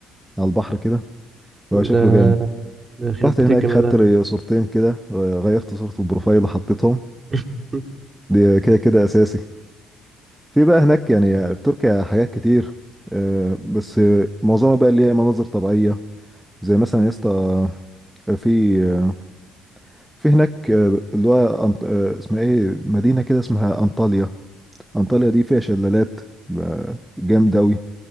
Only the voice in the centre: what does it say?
على البحر كده
هو شكله جامد
رحت
هناك
خدت
لي صورتين كده آه، غيرت صورة البروفايل وحطيتهم
دي كده كده أساسي في بقى هناك يعني في تركيا حاجات كتير آه، بس آه، معظمها بقى اللي هي مناظر طبيعية زي مثلا يا اسطى آه، في آه، في هناك آه، اللي هو أنط- آه، اسمها ايه مدينة كده اسمها أنطاليا أنطاليا دي فيها شلالات ب- جامد أوي